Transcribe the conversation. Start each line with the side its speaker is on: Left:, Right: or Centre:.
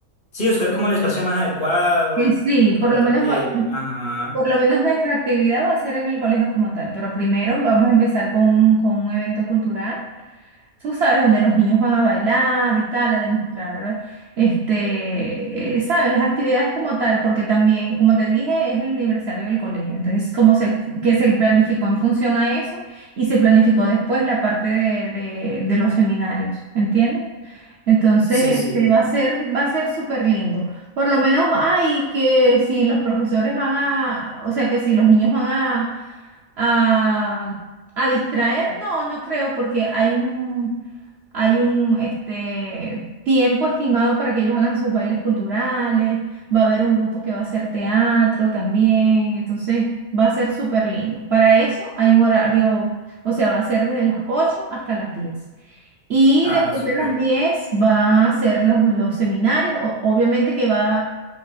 Left: Sí, buscar como el espacio más adecuado,
Right: que sí,
Left: de
Right: por
Left: pronto
Right: lo menos
Left: que...
Right: va-
Left: Ajá.
Right: por lo menos nuestra actividad va a ser en el colegio como tal, pero primero vamos a empezar con, un con un evento cultural, tú sabes, donde los niños van a bailar y tal, a demostrar, este, eh, sabes, las actividades como tal, porque también, como te dije, es el aniversario del colegio, entonces, como se, que se planificó en función a eso y se planificó después la parte de, de, de los seminarios, ¿entiendes? Entonces,
Left: Sí, sí.
Right: este, va a ser, va a ser súper lindo. Por lo menos hay que si los profesores van a, o sea, que si los niños van a, a, a distraer, no, no creo, porque hay un, hay un, este, tiempo estimado para que ellos hagan sus bailes culturales, va a haber un grupo que va a hacer teatro también, entonces va a ser súper lindo. Para eso hay un horario, o sea, va a ser desde las 8 hasta las 10. Y
Left: Ah,
Right: después
Left: súper.
Right: de las 10 va a hacer los, los seminarios. O- obviamente que va,